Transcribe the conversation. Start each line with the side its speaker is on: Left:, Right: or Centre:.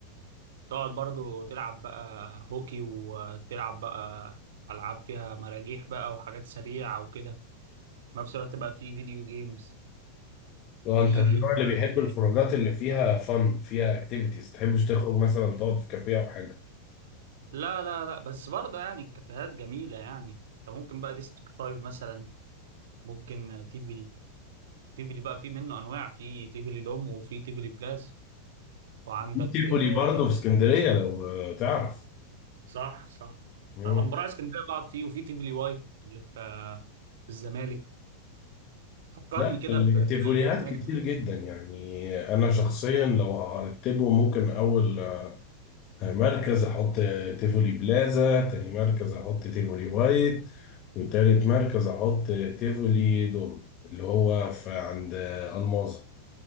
Right: تقعد برضه تلعب بقى هوكي وتلعب بقى العاب فيها مراجيح بقى وحاجات سريعه وكده في نفس الوقت بقى في فيديو جيمز
Left: لو
Right: في
Left: انت من النوع
Right: البتاع
Left: اللي بيحب
Right: اللي
Left: الخروجات
Right: هي- الإلكترونية.
Left: اللي فيها فن فيها اكتيفيتيز تحبش تخرج مثلا تقعد في كافيه او حاجه
Right: لا لا لا بس برضه يعني الكافيهات جميله يعني انت ممكن بقى ديستريكت 5 مثلا ممكن تيفلي تيفلي بقى في منه انواع في تيفلي دوم وفي تيفلي بلاس وعندك
Left: في تيفولي
Right: آه،
Left: برضه
Right: ايه
Left: في
Right: تاني؟
Left: اسكندريه لو تعرف
Right: صح صح
Left: مم.
Right: انا لما بروح اسكندريه بقعد فيه وفي تيفلي وايت اللي في في الزمالك فكرني
Left: لا
Right: كده
Left: التيفوليات
Right: بباقي الاماكن
Left: كتير جدا يعني انا شخصيا لو هرتبه ممكن اول مركز احط تيفولي بلازا تاني مركز احط تيفولي وايت وتالت مركز احط تيفولي دوم اللي هو في عند الماظة